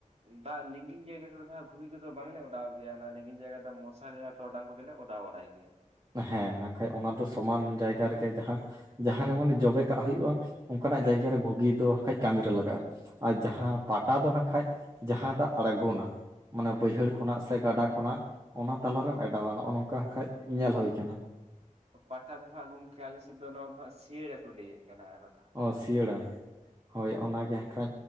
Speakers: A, on the right (about 50°); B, on the right (about 25°).
A: ᱫᱟᱜ ᱞᱤᱜᱤᱱ ᱡᱟᱜᱟ ᱠᱚᱨᱮ ᱫᱚ ᱦᱟᱸᱜ ᱜᱷᱩᱜᱤ ᱠᱚᱫᱚ ᱵᱟᱝᱞᱮ ᱚᱰᱟᱣ ᱜᱮᱭᱟ ᱚᱱᱟ ᱞᱤᱜᱤᱱ ᱡᱟᱭᱜᱟ ᱨᱮ ᱫᱚ ᱢᱚᱥᱟᱨᱤ ᱴᱚᱨᱟᱰᱟᱝ ᱠᱚ ᱜᱮ ᱚᱰᱟᱣ ᱵᱟᱲᱟᱭ ᱜᱮᱭᱟ ᱾
B: ᱦᱮᱸ ᱟᱠᱷᱟᱡ ᱚᱱᱟ ᱫᱚ ᱥᱚᱢᱟᱱ ᱡᱟᱭᱜᱟ ᱨᱮᱜᱮ ᱡᱟᱦᱟᱸ ᱡᱟᱦᱟᱸᱨᱮ ᱢᱟᱱᱮ ᱡᱚᱵᱮ ᱠᱟᱜ ᱦᱩᱭᱩᱜᱼᱟ ᱚᱱᱠᱟᱱᱟᱜ
A: ᱦᱮᱸ
B: ᱡᱟᱭᱜᱟ
A: ᱦᱮᱸ
B: ᱨᱮ ᱜᱷᱩᱜᱤ
A: ᱦᱮᱸ
B: ᱫᱚ ᱦᱟᱠᱷᱟᱡ ᱠᱟᱹᱢᱤ ᱨᱮ ᱞᱟᱜᱟᱜᱼᱟ ᱟᱨ ᱡᱟᱦᱟ
A: ᱦᱮᱸ
B: ᱯᱟᱴ ᱯᱟᱴᱟ ᱫᱚ ᱦᱟᱸᱜ ᱠᱷᱟᱡ ᱡᱟᱦᱟ ᱫᱟᱜ ᱟᱲᱜᱚᱱᱟ ᱢᱟᱱᱮ ᱵᱟᱹᱭᱦᱟᱹᱲ
A: ᱦᱩᱸ ᱦᱩᱸ
B: ᱠᱷᱚᱱᱟᱜ ᱥᱮ ᱜᱟᱰᱟ ᱠᱷᱚᱱᱟᱜ ᱚᱱᱟ ᱛᱟᱞᱟᱨᱮᱢ ᱚᱰᱟᱣᱟ ᱱᱚᱜᱼᱚ ᱱᱚᱝᱠᱟ ᱠᱷᱟᱡ ᱧᱮᱞ ᱦᱩᱭ ᱟᱠᱟᱱᱟ
A: ᱯᱟᱴᱟ ᱫᱚ ᱦᱟᱸᱜ ᱜᱚᱝᱠᱮ ᱟᱞᱮᱥᱮᱫ ᱫᱚ ᱱᱚᱣᱟ ᱫᱚ ᱦᱟᱸᱜ ᱥᱤᱭᱟᱹᱲᱟ ᱠᱚ ᱞᱟᱹᱭ ᱮᱫ ᱠᱟᱱᱟ ᱟᱫᱚ
B: ᱚ ᱥᱤᱭᱟᱹᱲᱟ ᱦᱚᱭ ᱚᱱᱟᱜᱮ ᱦᱟᱸᱠᱷᱟᱡ